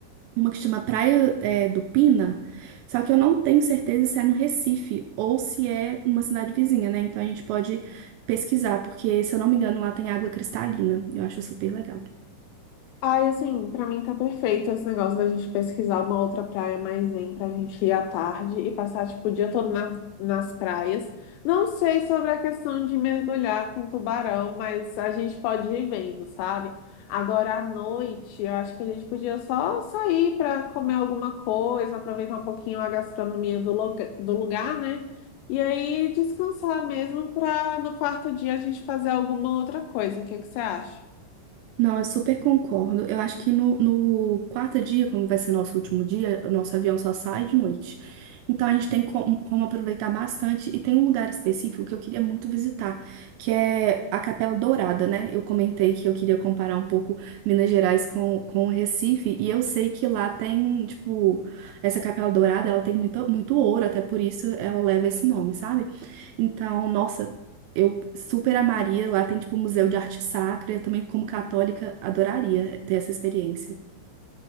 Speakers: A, on the right; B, on the left.
A: uma que chama Praia, é, do Pina, só que eu não tenho certeza se é no Recife ou se é numa cidade vizinha, né? Então a gente pode pesquisar, porque se eu não me engano lá tem água cristalina. Eu acho super legal.
B: Ai, assim, pra mim tá perfeito esse negócio da gente pesquisar uma outra praia mais zen pra gente ir à tarde e passar, tipo, o dia todo nas, nas praias. Não sei sobre a questão de mergulhar com tubarão, mas a gente pode ir vendo, sabe? Agora à noite, eu acho que a gente podia só sair pra comer alguma coisa, aproveitar um pouquinho a gastronomia do, loca- do lugar, né? E aí descansar mesmo pra no quarto dia a gente fazer alguma outra coisa. O que é que você acha?
A: Não, eu super concordo. Eu acho que no, no quarto dia, como vai ser nosso último dia, o nosso avião só sai de noite. Então a gente tem como, como aproveitar bastante. E tem um lugar específico que eu queria muito visitar, que é a Capela Dourada, né? Eu comentei que eu queria comparar um pouco Minas Gerais com, com Recife. E eu sei que lá tem, tipo, essa Capela Dourada, ela tem muito, muito ouro, até por isso ela leva esse nome, sabe? Então, nossa. Eu super amaria. Lá tem, tipo, museu de arte sacra. Eu também, como católica, adoraria ter essa experiência.